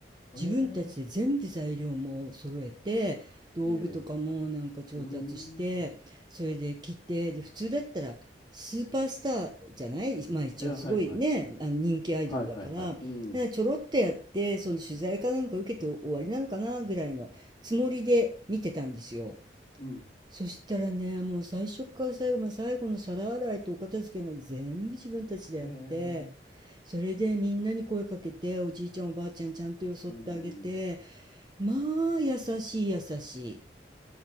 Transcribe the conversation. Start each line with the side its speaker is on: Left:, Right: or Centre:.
Left: え
Right: 自分たちで全部材料も揃えて、道具とかもなんか調達して、
Left: え、ええ、うーん。
Right: それで切って、で、普通だったらスーパースターじゃないまあ一応すごいね、
Left: ええ、はいはい。
Right: あの人気アイドルだから、
Left: はいはいはい。うん、
Right: ねちょろっとやって、その取材かなんか受けて終わりなのかなぐらいのつもりで見てたんですよ。
Left: うん。
Right: そしたらね、もう最初から最後まで最後の皿洗いとお片付けまで全部自分たちでやって、
Left: ええ。
Right: それでみんなに声かけて、おじいちゃんおばあちゃんちゃんとよそってあげて、
Left: うーん。
Right: まあ優しい優しい。